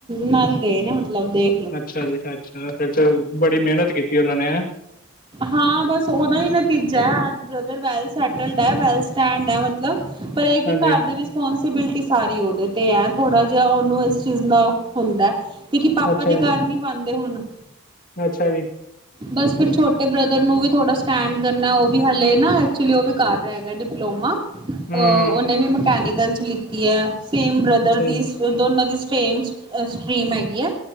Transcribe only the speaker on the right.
ਨਾਲ ਗਏ ਨੇ ਮਤਲਬ ਦੇ
ਹਾਂ ਬਸ ਉਦਾ ਹੀ ਨਤੀਜਾ ਹੈ ਅੱਜ ਬ੍ਰਦਰ ਵੈਲ ਸੈਟਲਡ ਹੈ ਵੈਲ ਸਟੈਂਡ ਹੈ ਮਤਲਬ ਪਰ ਇਹ ਕਿ
ਘਰ ਦੇ ਵਿੱਚ ਰਿਸਪੋਂਸੀਬਿਲਟੀ ਸਾਰੀ ਉਹਦੇ 'ਤੇ ਐ, ਥੋੜ੍ਹਾ ਜਿਹਾ ਉਹਨੂੰ ਇਸ ਚੀਜ਼ ਦਾ ਹੁੰਦੈ। ਕਿਉਂਕਿ
ਆਪਾਂ ਤੇ
ਕਾਰ ਨੀ ਪਾਂਦੇ ਹੁਨ।
ਬਸ ਫਿਰ ਛੋਟੇ ਬ੍ਰਦਰ ਨੂੰ ਵੀ ਥੋੜਾ ਸਟੈਂਡ ਕਰਨੈ, ਉਹ ਵੀ ਹਲੇ ਨਾ, ਐਕਚੁਲੀ ਉਹ ਵੀ ਕਰ ਰਿਹਾ ਹੈਗਾ ਡਿਪਲੋਮਾ।
ਅਹ ਉਹਨੇ
ਵੀ ਮਕੈਨੀਕਲ ਚ ਲਿੱਤੀ ਐ, ਸੇਮ ਬ੍ਰਦਰ
ਦੀ
ਦੋਨਾ ਦੀ ਸੇਮ ਸਟਰੀਮ ਹੈਗੀ ਐ,